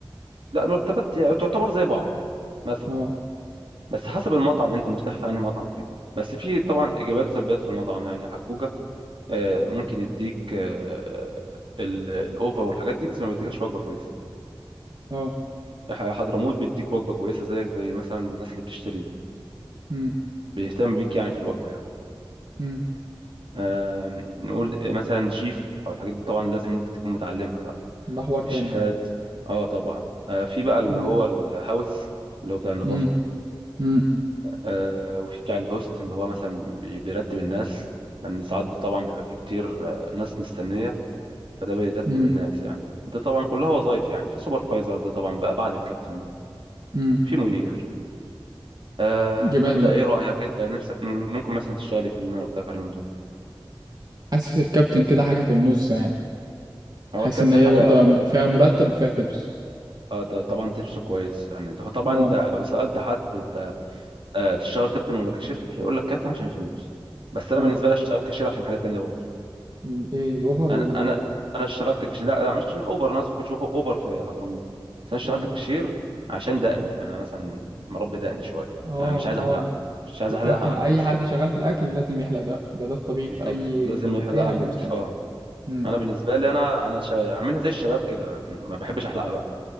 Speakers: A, on the right; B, on the right.
A: لا مرتبات يعني تعتبر زي بعض مثلا
B: اه
A: بس حسب المطعم انت مرتاح في انهي مطعم فيه بس في طبعا ايجابيات وسلبيات في المطعم يعني حجوجة آه، ممكن يديك آه، ال- الاوفر والحاجات دي بس ما بيديكش وجبة كويسة
B: اه
A: ح- حضرموت بيديك وجبة كويسة زيك زي مثلا الناس اللي بتشتري دي
B: امم
A: بيهتم بيك يعني في الوجبة يعني
B: امم
A: آم، نقول آه، مثلا شيف او الحاجات دي طبعا لازم انت تكون متعلمها بقى
B: ده حوار تاني
A: الشيفات
B: بقى
A: اه طبعا آه، في بقى اللي
B: امم
A: هو الهاوس اللي هو بتاع النظافة
B: امم امم
A: آه، وفي بتاع الهوست اللي هو مثلا بي- بيرتب الناس لان ساعات طبعا بيبقى في كتير آه، ناس مستنيه فده بيرتب
B: امم
A: الناس يعني ده طبعا كلها وظايف يعني في سوبرفايزر ده طبعا بقى بعد الكابتن ده
B: امم
A: في مدير آه
B: جمال
A: فانت ايه رايك انت نفسك م- ممكن مثلا تشتغلي في اللي انا قلت لك عليهم دول
B: حاسس الكابتن كده حاجة في النص يعني
A: هو
B: حاسس
A: الكابتن
B: ان هي
A: حاجه
B: برضو م- فيها مرتب وفيها تبس
A: آه، ده طبعا تبسه كويس يعني ده هو طبعا
B: اه
A: انت لو سالت حد انت آه، تشتغل كابتن ولا كاشير هيقول لك كابتن عشان الفلوس بس انا
B: اه
A: بالنسبه لي اشتغل كاشير عشان حاجه تانية برضه
B: ال- ايه الاوفر
A: انا
B: وال
A: انا انا اشتغلت كاشير لا لا مش عشان الاوبر انا اصلا ما كنتش باخد اوبر في حضرموت بس انا اشتغلت
B: امم
A: كاشير عشان دقني يعني انا مثلا مربي دقني شويه
B: اه
A: يعني مش عايز
B: اه
A: احلقها مش عايز
B: الكابتن
A: احلقها على
B: اي
A: الموس
B: حد
A: يعني
B: شغال في الاكل لازم يحلق ده ده ده الطبيعي
A: بالظبط
B: في اي
A: لازم
B: شغل
A: يحلقها
B: اي حد
A: موس
B: يمسك اكل
A: اه
B: امم
A: انا بالنسبه لي انا انا شا... عاملها زي الشباب كده لكن ما بحبش احلقها بقى